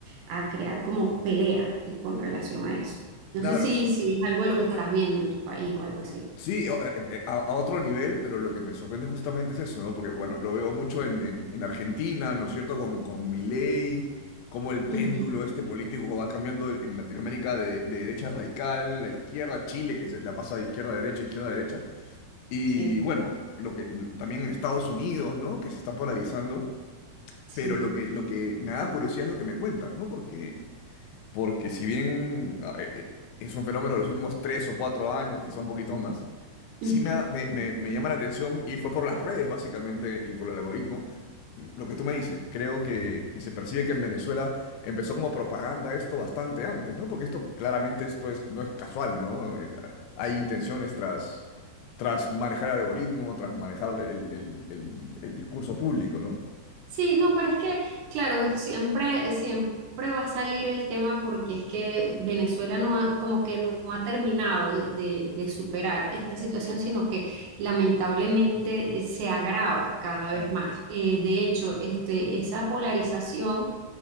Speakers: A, on the right (about 75°); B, on the left (about 80°).
A: a crear como pelea eh, con relación a eso. No
B: Claro,
A: sé si, si es algo de lo que estás viendo en tu país o algo así.
B: sí, o- eh, eh, a, a otro nivel, pero lo que me sorprende justamente es eso, ¿no? Porque, bueno, lo veo mucho en, en- en Argentina, ¿no es cierto? Con, con Milei, cómo el
A: Ujú.
B: péndulo este político va cambiando en Latinoamérica de, de derecha radical a izquierda, Chile, que se la pasa de izquierda a derecha, izquierda a derecha. Y
A: Sí.
B: bueno, lo que también en Estados Unidos, ¿no? Que se está polarizando,
A: Sí.
B: pero lo que, lo que me da curiosidad es lo que me cuentas, ¿no? Porque porque si bien ah, eh, eh, es un fenómeno de los últimos tres o cuatro años, quizá un poquito más,
A: ujú.
B: sí me, ha- me, me- me llama la atención y fue por las redes básicamente y por el algoritmo. Lo que tú me dices, creo que, que se percibe que en Venezuela empezó como propaganda esto bastante antes, ¿no? Porque esto claramente esto es, no es casual, ¿no? Eh, Hay intenciones tras, tras manejar el algoritmo, tras manejar el, el el- el- el discurso público, ¿no?
A: Sí, no, pero es que, claro, siempre, siempre va a salir el tema porque es que Venezuela no ha, como que no ha terminado de, de- de superar esta situación, sino que lamentablemente eh, se agrava cada
B: Claro,
A: vez más. Eh, de hecho, este, esa polarización,